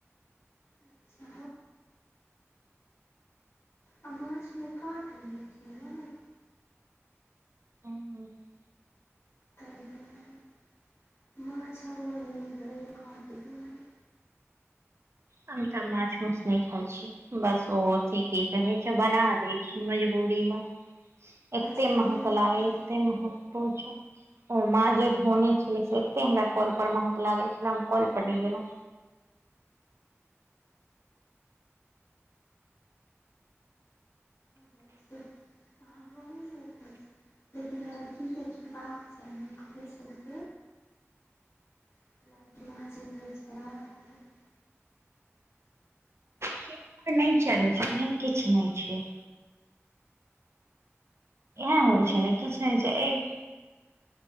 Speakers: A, on the left (about 50°); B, on the right (about 60°).
A: <unintelligible> ओ आ माछ में कांट रहय <unintelligible>
B: <unintelligible>
A: तय दुआारे, माछ हमरो नय निक लगये कांट दुआारे।
B: हम तऽ माछ माॅस नहि खाय छी, बस ओ अथी की कहे छै, बना दै छी। मुरी में एते, एत
A: अच्छा अहाँ
B: महक
A: नहि
B: लागे
A: खाइ
B: एते
A: छी
B: महक पुछी नय। ओ माँ जे धोने छले, से एते हमरा कल पर महक लागे छले, हम कल पर नहि गेलहुं।
A: <unintelligible> हमहुँ नहि खाइ छी लेकिन लड़की के खेबाक चाही, कमे सम के। <unintelligible>
B: चित पर नहि चढ़ै छै, एहन किछु नहि छै। ऐह होइ
A: चाही
B: छै ने किछ नहि छय अय